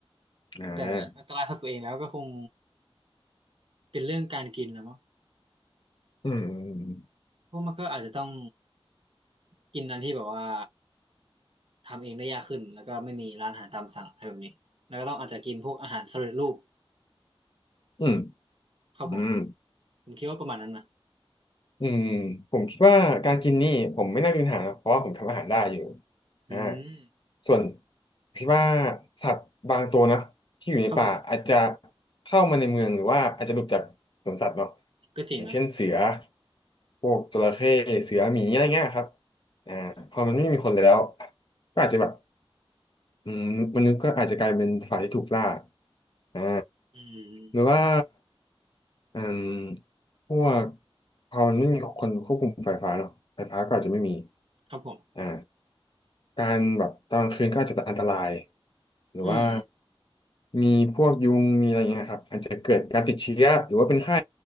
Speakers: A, on the left; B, on the right.
A: อืมอ่า
B: แต่อันตรายสำหรับตัวเองแล้วก็คงเป็นเรื่องการกินนะมั้ง
A: อืม
B: เพราะมันก็อาจจะต้องกินอันที่แบบว่าทำเองได้ยากขึ้นแล้วก็ไม่มีร้านอาหารตามสั่งอะไรแบบนี้แล้วก็ต้องอาจจะกินพวกอาหารสำเร็จรูป
A: อืม
B: ครับผม
A: อืมอืม
B: ผมคิดว่าประมาณนั้นนะ
A: อืมผมคิดว่าการกินนี่ผมไม่น่ามีปัญหานะเพราะว่าผมทำอาหารได้อยู่
B: อืม
A: อ่า
B: อืม
A: ส่วนคิดว่าสัตว์บางตัวนะที่อยู่ในป่าอาจจะ
B: ครับผม
A: เข้ามาในเมืองหรือว่าอาจจะหลุดจากสวนสัตว์เนาะ
B: ก็จริงนะ
A: อย่างเช่นเสือพวกจระเข้เสือหมีอะไรเงี้ยครับ
B: ครับผม
A: พอมันไม่มีคนแล้วก็อาจจะแบบ อืมมนุษย์ก็อาจจะกลายเป็นฝ่ายที่ถูกล่าอ่า
B: อืม
A: หรือว่าอืมพวกพอมันไม่มีคนควบคุมไฟฟ้าเนาะไฟฟ้าก็อาจจะไม่มี
B: ครับผม
A: อ่า การแบบตอนกลางคืนก็อาจจะอันตรายหรือว่า
B: อืม
A: มีพวกยุงมีอะไรอย่างเงี้ยนะครับอาจจะเกิดการติดเชื้อหรือว่าเป็นไข้